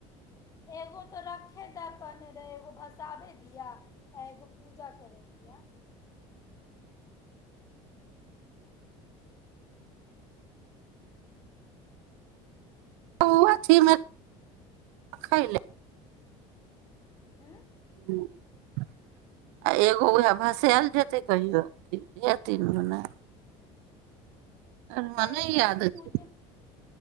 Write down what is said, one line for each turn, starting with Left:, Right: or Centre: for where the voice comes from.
Left: एगो तऽ रखे दऽ कहने रहै एगो भसाबे दिया आ एगो पूजा करे दिया
Right: उ अथीमे आखाइल
Left: हँ
Right: ह आ एगो उएह भसायल जेतै कहियो कि इएह तीन गो नहि हमरा
Left: अच्छा एगोे
Right: याद
Left: तऽ
Right: छै
Left: पूजा